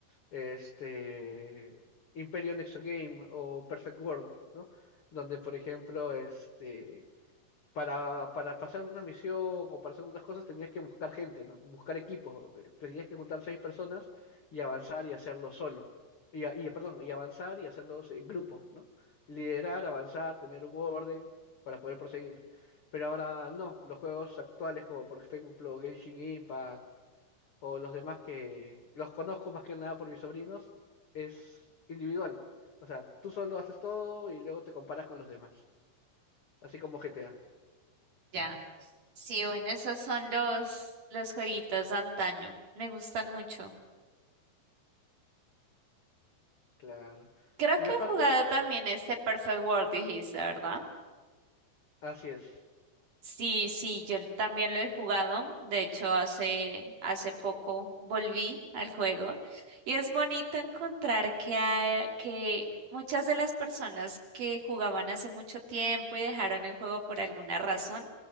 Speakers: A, on the left; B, on the right.
A: este Imperio Nexo Game o Perfect World, ¿no? Donde, por ejemplo, este para, para pasar una misión o para hacer unas cosas tenías que buscar gente, ¿no? Buscar equipos. eh, Tenías que juntar seis personas y avanzar y hacerlo solo. Y, a- y, perdón, y avanzar y hacerlos en grupo, ¿no? Liderar, avanzar, tener un orden para poder proseguir. Pero ahora no, los juegos actuales como por ejemplo Genshin Impact o los demás que los conozco más que nada por mis sobrinos, es individual. O sea, tú solo haces todo y luego te comparas con los demás, así como GTA.
B: Ya. Sí, bueno, esos son los, los jueguitos de antaño. Me gustan mucho.
A: Claro.
B: Creo
A: Y
B: que
A: aparte,
B: he jugado también este Perfect World, dijiste, ¿verdad?
A: así es.
B: Sí, sí, yo también lo he jugado. De hecho, hace, hace poco volví al juego y es bonito encontrar que hay, que muchas de las personas que jugaban hace mucho tiempo y dejaron el juego por alguna razón,